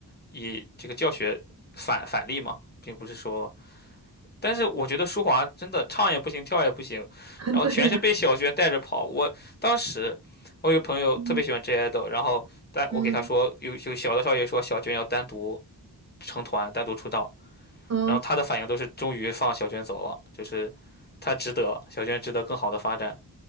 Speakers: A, on the left (about 25°); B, on the right (about 40°).
A: 以这个教学反反例嘛，并不是说，但是我觉得舒华真的唱也不行，跳也不行，
B: <laughs>
A: 然后全是被小娟带着跑。
B: 对呀、
A: 我当时我有个朋友特别喜欢
B: 嗯
A: J idol，然后但我给他说有有小的少爷说小娟要单独
B: 嗯
A: 成团，单独出道。
B: 嗯，
A: 然后他的反应都是终于放小娟走了，就是他值得，小娟值得更好的发展。